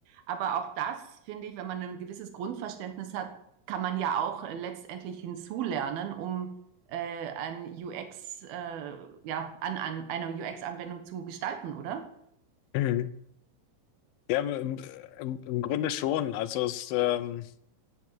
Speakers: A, on the right; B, on the left.
A: Aber auch das, finde ich, wenn man ein gewisses Grundverständnis hat, kann man ja auch äh, letztendlich hinzulernen, um äh, ein UX, äh, ja, an, an einer UX-Anwendung zu gestalten, oder?
B: Mhm. Ja, im, im, im Grunde schon. Also es, ähm,